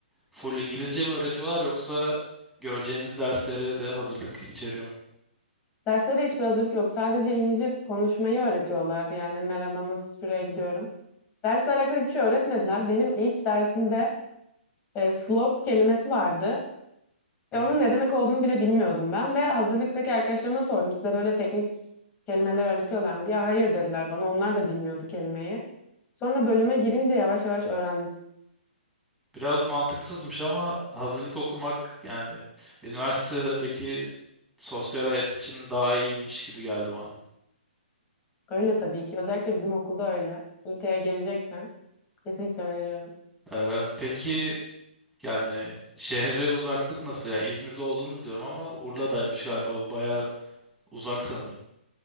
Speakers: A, in the centre; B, on the left (about 25°).
A: full İngilizce mi öğretiyorlar yoksa göreceğiniz dersleri de hazırlık içeriyor mu?
B: Derslere hiçbir hazırlık yok. Sadece İngilizce konuşmayı öğretiyorlar. Yani merhaba nasıl şuraya gidiyorum. Dersle alakalı hiçbir şey öğretmediler. Benim ilk dersimde e, slope kelimesi vardı. Ve
A: Hı hı.
B: onun ne demek olduğunu bile bilmiyordum ben. Ve hazırlıktaki arkadaşlarıma sordum. Size böyle teknik kelimeler öğretiyorlar mı diye. Hayır dediler bana. Onlar da bilmiyordu kelimeyi. Sonra bölüme girince yavaş yavaş öğrendim.
A: Biraz mantıksızmış ama hazırlık okumak yani üniversitedeki sosyal hayat için daha iyiymiş gibi geldi bana.
B: Öyle tabii ki. Özellikle bizim okulda öyle. İT'ye geleceksen kesinlikle öneriyorum.
A: Ee, peki yani şehre uzaklık nasıl? Yani İzmir'de olduğunu biliyorum ama Urla'daymış galiba. Bayağı uzak sanırım.